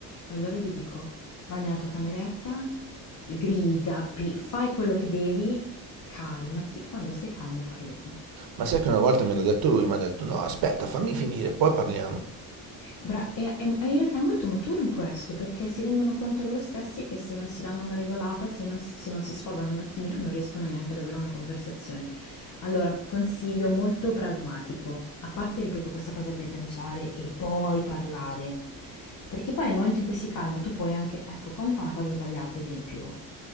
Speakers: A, on the left (about 50°); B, on the right (about 65°).
A: E allora gli dico vai nella tua cameretta, grida, pi- fai quello che devi, calmati, quando sei calmo parliamo.
B: Ma sai che una volta me l'ha detto lui, mi ha detto no, aspetta, fammi finire, poi parliamo.
A: Bra- e, e- e in realtà è molto maturo in questo, perché si rendono conto loro stessi che se non si danno una regolata, se non si, se non si sfogano un attimino, non riescono neanche ad avere una conversazione. Allora, consiglio molto pragmatico, a parte, ripeto, questa cosa di agganciare e poi parlare, perché poi nel momento in cui si calma, tu puoi anche, ecco, quando fa una cosa sbagliata, ad esempio,